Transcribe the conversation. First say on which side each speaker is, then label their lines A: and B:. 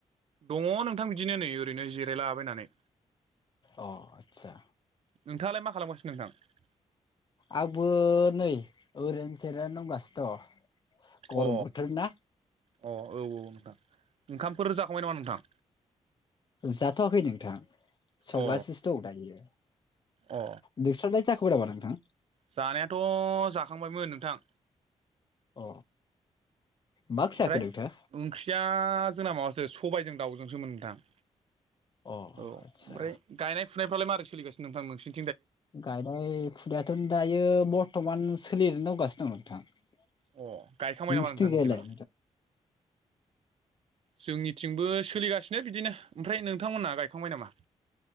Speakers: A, on the right; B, on the left.
A: दङ नोंथां बिदिनो नै ओरैनो जिरायलाबायनानै।
B: अ आचसा।
A: नोंथाङालाय मा खालामगासिनो नोंथां?
B: आंबो नै ओरैनो जिरायनानै दंगासिनो दं। गरम
A: अ
B: बोथोर ना।
A: अ औ औ नोंथां ओंखामफोर जाखांबाय नामा नोंथां?
B: जाथ'वाखै नोंथां। संगासिनो
A: अ
B: दं दायो
A: अ
B: नोंस्राालाय जाखांबाय नामा नोंथां?
A: जानायाथ' जाखांबायमोन नोंथां।
B: अ। मा ओंख्रि
A: ओमफ्राय
B: जाखो नोंथां?
A: ओंख्रिया जोंना माबासो सबायजों दाउजोंसोमोन नोंथां औ
B: अ
A: ओमफ्राय
B: आदसा
A: गायनाय फुना फुनायफ्रालाय मारै सोलिगासिनो नोंथां नोंसिन
B: गायनाय फुनायाथ' दायो बर्थ'मान सोलिनानै दंगासिनो दं नोंथां।
A: अ गायखांबाय
B: नोंसिथिं
A: नामा नोंथां बिदिबा
B: जाय लाय?
A: जोंनिथिंबो सोलिगासिनो बिदिनो ओमफ्राय नोंथांमोनहा गायखांबाय नामा?